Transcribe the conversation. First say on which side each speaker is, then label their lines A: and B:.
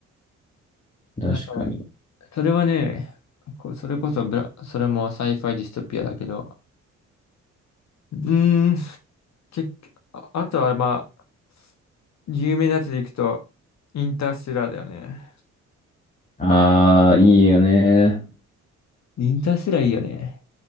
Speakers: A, on the left; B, on the left.
A: 確かに。
B: だから、それはね、こう、それこそブラ、それもサイファイディストピアだけど、うーん、結局、あ、あとは、まあ、有名なやつでいくと、インターステラーだよね。
A: ああ、いいよね。
B: インターステラーいいよね。